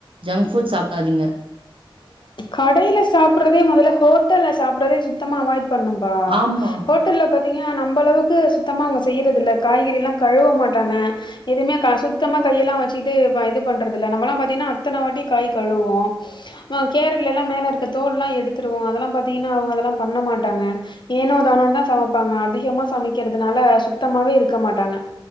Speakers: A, on the right (about 70°); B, on the left (about 60°).
A: ஜங்க் ஃபுட் சாப்டாதீங்க
B: கடையில சாப்பிறதே முதல்ல ஹோட்டல்ல சாப்பறதே சுத்தமா அவாய்ட் பண்ணும்பா
A: ஆமா,
B: ஹோட்டல்ல பாத்தீங்க நம்மளவுக்கு சுத்தமா அவங்க செய்யறது இல்ல காய்கறி எல்லாம் கழுவ மாட்டாங்க எதுவுமே க சுத்தமா கையெல்லாம் வச்சுட்டு இது பண்றது இல்ல நம்மலா பாத்தீங்ன்னா அத்தன வாட்டி காய் கழுவோம் கேரல்லா மேல இருக்க தோல் எல்லா எடுத்துருவோம் அதெல்லாம் பாத்தீங்கன்னா அவங்க அதெல்லாம் பண்ண மாட்டாங்க ஏனோ தானோதா சமைப்பாங்க அதிகமா சமைக்கிறதுனால சுத்தமாவே இருக்க மாட்டாங்க